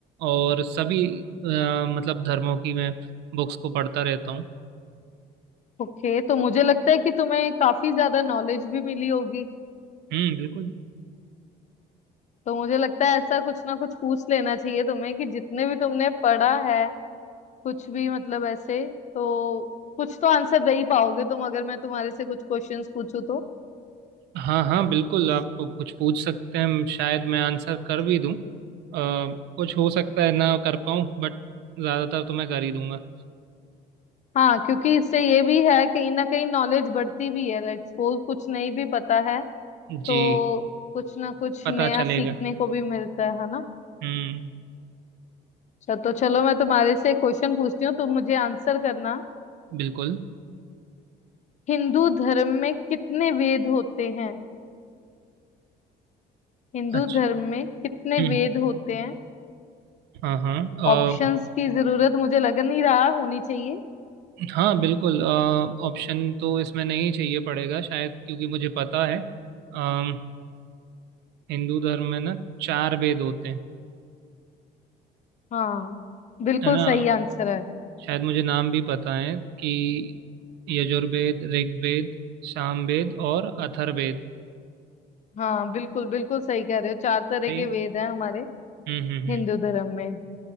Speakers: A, on the right (about 80°); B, on the left (about 45°).
A: और सभी अ, मतलब धर्मों की मैं बुक्स को पढ़ता रहता हूँ
B: ओके तो मुझे लगता है कि तुम्हें काफी ज्यादा नॉलेज भी मिली होगी
A: हम्म बिल्कुल
B: तो मुझे लगता है ऐसा कुछ ना कुछ पूछ लेना चाहिए तुम्हें कि जितने भी तुमने पढ़ा है कुछ भी मतलब ऐसे तो कुछ तो आंसर दे ही पाओगे तुम अगर मैं तुम्हारे से कुछ क्वेश्चंस पूछूं तो
A: हाँ हाँ बिल्कुल आप कुछ पूछ सकते हैं शायद मैं आंसर कर भी दूँ अ, कुछ हो सकता है ना कर पाऊँ बट ज्यादातर तो मैं कर ही दूंगा
B: हाँ क्योंकि इससे ये भी है कहीं ना कहीं नॉलेज बढ़ती भी है लेट्स सपोज कुछ नहीं भी पता है
A: जी
B: तो कुछ ना कुछ
A: पता
B: नया
A: चलेगा
B: सीखने को भी मिलता है है ना
A: हम्म
B: अच्छा, तो चलो मैं तुम्हारे से क्वेश्चन पूछती हूँ तुम मुझे आंसर करना
A: बिल्कुल
B: हिंदू धर्म में कितने वेद होते हैं हिंदू
A: अच्छा
B: धर्म में कितने
A: हम्म
B: वेद होते हैं
A: हाँ हाँ
B: ऑप्शंस की जरूरत मुझे लग नहीं रहा होनी चाहिए
A: हाँ बिल्कुल अ, ऑप्शन तो इसमें नहीं चाहिए पड़ेगा शायद क्योंकि मुझे पता है अम, हिंदू धर्म में ना चार वेद होते हैं
B: हाँ बिल्कुल
A: है ना
B: सही आंसर है
A: शायद मुझे नाम भी पता है कि यजुर्वेद ऋग्वेद सामवेद और अथर्ववेद
B: हाँ बिल्कुल बिल्कुल सही कह रहे हो चार तरह
A: सही
B: के
A: है
B: वेद हैं हमारे
A: हम्म हम्म हम्म
B: हिंदू धर्म में